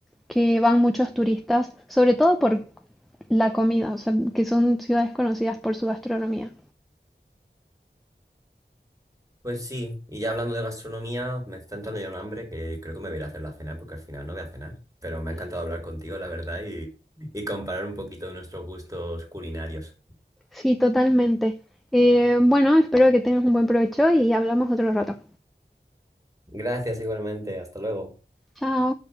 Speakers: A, in the centre; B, on the right.
A: que van muchos turistas, sobre todo por la comida, o sea, que son ciudades conocidas por su gastronomía.
B: Pues sí, y ya hablando de gastronomía, me está entrando ya un hambre que creo que me voy a ir a hacer la cena porque al final no voy a cenar. Pero me ha encantado hablar contigo, la verdad, y, y comparar un poquito de nuestros gustos culinarios.
A: Sí, totalmente. Eh, bueno, espero que tengas un buen provecho y hablamos otro rato.
B: Gracias igualmente, hasta luego.
A: Chao.